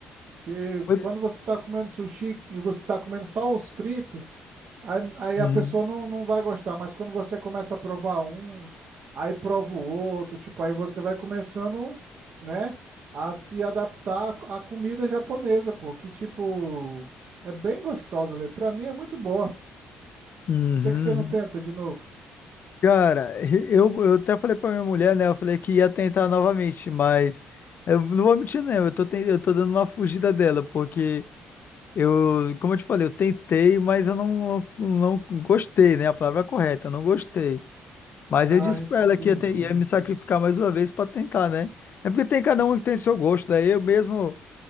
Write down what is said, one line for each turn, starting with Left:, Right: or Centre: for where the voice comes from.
Right: Porque
Left: Foi...
Right: quando você tá comendo sushi e você tá comendo só os fritos. Aí, aí
Left: Uhum.
Right: a pessoa não, não vai gostar, mas quando você começa a provar um, aí prova o outro, tipo, aí você vai começando, né, a se adaptar à à comida japonesa, pô, que tipo, é bem gostosa, velho. Pra mim é muito boa. O
Left: Uhum.
Right: que que você não tenta de novo?
Left: Cara, eu, eu até falei pra minha mulher, né? Eu falei que ia tentar novamente, mas eu não vou mentir, né? Eu tô, ten- eu tô dando uma fugida dela, porque eu, como eu te falei, eu tentei, mas eu não, não, não gostei, né? A palavra é correta, eu não gostei. Mas
Right: Ah,
Left: eu disse
Right: entendi.
Left: pra ela que ia, te- ia me sacrificar mais uma vez pra tentar, né? É porque tem cada um que tem seu gosto, daí eu mesmo.